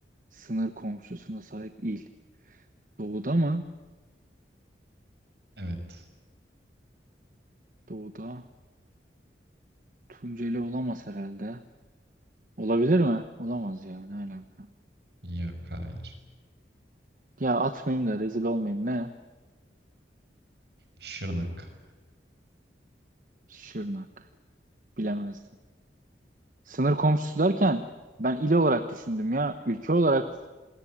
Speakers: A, on the right; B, on the right.
A: sınır komşusuna sahip il. Doğuda mı?
B: Evet.
A: Doğuda. Tunceli olamaz herhalde. Olabilir mi? Olamaz ya. Ne alaka?
B: Yok hayır.
A: Ya atmayayım da rezil olmayayım. Ne?
B: Şırnak.
A: Şırnak. Bilemezdim. Sınır komşusu derken ben il olarak düşündüm ya. Ülke olarak